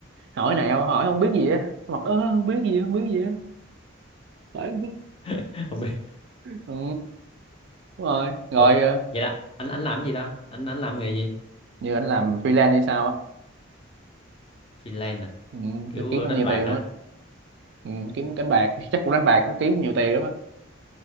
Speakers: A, on the right; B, on the left.
A: hỏi nào hỏi không biết gì á mặt ớ không biết gì không biết gì á phải không biết
B: <laughs> không biết
A: ừ đúng rồi rồi
B: ủa
A: ờ,
B: vậy là anh anh làm cái gì ta anh anh làm nghề gì
A: như anh làm freelance hay sao á
B: freelance à
A: ừ,
B: kiểu
A: kiếm
B: ờ,
A: cũng
B: đánh
A: nhiều
B: bạc
A: tiền
B: hả
A: lắm á ừ, kiếm đánh bạc <laughs> chắc cũng đánh bạc nó kiếm nhiều tiền lắm á